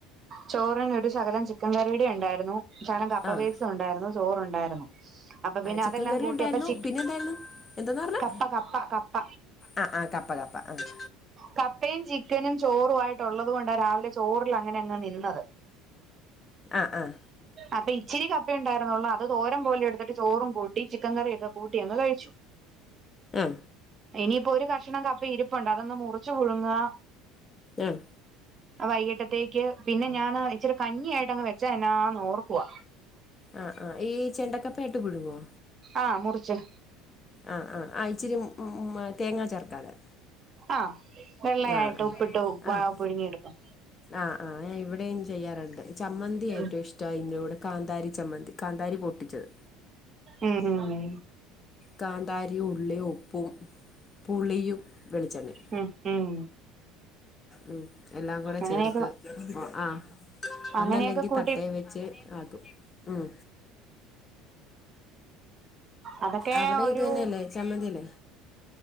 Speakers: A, on the right; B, on the left.
A: ചോറിന് ഒരു ശകലം ചിക്കൻ കറീടെ ഉണ്ടായിരുന്നു, ശകലം കപ്പവേവിച്ചത്
B: ആഹ്
A: ഉണ്ടായിരുന്നു, ചോറുണ്ടായിരുന്നു അപ്പൊ പിന്നെ
B: ചിക്കൻ
A: അതെല്ലാം
B: കറി
A: കൂട്ടി
B: ഉണ്ടായിരുന്നു
A: അപ്പൊ ചിക്ക
B: പിന്നെ എന്തായിരുന്നു എന്തോന്നാ പറഞ്ഞെ
A: കപ്പ കപ്പ കപ്പ.
B: ആഹ് ആഹ് കപ്പ കപ്പ ആഹ്.
A: കപ്പയും ചിക്കനും ചോറു ആയിട്ടുള്ളതുകൊണ്ടാ രാവിലെ ചോറിലങ്ങനെ അങ്ങ് നിന്നത്.
B: ആഹ് ആഹ്.
A: അപ്പൊ ഇച്ചിരി കപ്പയുണ്ടായിരുന്നുള്ളൂ അത് തോരം പോലെ എടു ചോറും കൂട്ടി ചിക്കൻ കറിയൊക്കെ കൂട്ടി അങ്ങ് കഴിച്ചു.
B: ആഹ്.
A: ഇനിയിപ്പൊ ഒരു കഷണം കപ്പ ഇരിപ്പുണ്ട് അതൊന്നും മുറിച്ചു പുഴുങ്ങാ.
B: ആഹ്
A: വൈകിട്ടത്തേക്ക് പിന്നെ ഞാന് ഇച്ചിരി കഞ്ഞിയായിട്ടങ്ങ് വെച്ചാ എന്നാന്ന് ഓർക്കുവാ.
B: ആഹ് ആഹ് ഈ ചെണ്ടക്കപ്പയായിട്ട് പുഴുങ്ങുവോ?
A: ആഹ് മുറിച്ച്.
B: ആഹ് ആഹ് ഇച്ചിരി ഉം മ് തേങ്ങാ ചേർക്കാതെ.
A: ആഹ് വെള്ളയായിട്ട്
B: ആഹ്
A: ഉപ്പിട്ട് വാ
B: ആഹ്
A: പുഴുങ്ങിയെടുക്കും.
B: ആഹ് ആഹ് ഞാൻ ഇവിടെയും ചെയ്യാറുണ്ട് ചമ്മന്തി
A: ഉം
B: ഏറ്റവും ഇഷ് റ്റയിന്റെ കാന്താരി ചമ്മന്തി കാന്താരി പൊട്ടിച്ചത്.
A: ഉം ഉം
B: കാന്താരിയും, ഉള്ളിയും, ഉപ്പും, പുളിയും, വെളിച്ചെണ്ണയും.
A: ഉം ഉം
B: ഉം എല്ലാം കൂടെ
A: അങ്ങനെയൊക്കെ
B: ചേർത്ത് ഒ ആഹ്.
A: അങ്ങനെയൊക്കെ
B: ഒന്നല്ലെങ്കി
A: കൂട്ടി
B: തട്ടേ വെച്ച് ആക്കും ഉം.
A: അതൊക്കെ
B: അവിടെ
A: ഒരു
B: ഇത് തന്നെയല്ലേ ചമ്മന്തിയല്ലേ